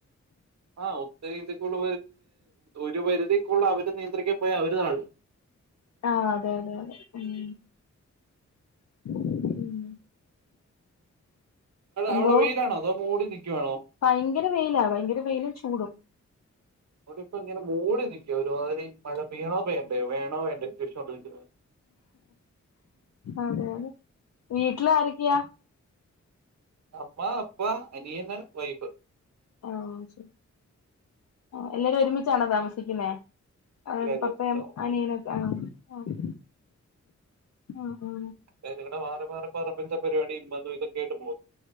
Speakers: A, on the right (about 65°); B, on the left (about 65°).
A: ആഹ് ഒത്ത രീതിക്കുള്ള ഒരു പരിധിക്കുള്ള അവര് നിയന്ത്രിക്കാൻ പോയാ അവര്താണ്
B: ആ അതെ അതെ അതെ ഉം ഉം എന്തോ
A: അവിടെ വെയിലാണോ അതോ മോടി നിക്കുവാണോ
B: ഭയങ്കര വെയിലാ ഭയങ്കര വെയിലും ചൂടും
A: വടിപ്പോ ഇങ്ങനെ മൂടി നിക്കോ ഒരുമാതിരി മഴ പെയ്യണോ വേണ്ടോ വേണോ വേണ്ടോണ്ട് <unintelligible>
B: അതെ അതെ വീട്ടില് ആരൊക്കെയാ
A: അമ്മ അപ്പ അനിയന്ന് വൈഫ്
B: ആഹ് ശരി ആഹ് എല്ലാരും ഒരുമിച്ചാണോ താമസിക്കുന്നേ അത്
A: എല്ലാരും
B: പപ്പയും
A: ഒന്നിച്ച് താമസിക്കുന്നത്
B: അനിയനൊക്ക ആഹ് ആഹ് ആഹ്
A: <unintelligible> പരിപാടിയും അതും ഇതൊക്കായിട്ട് പോഉന്നു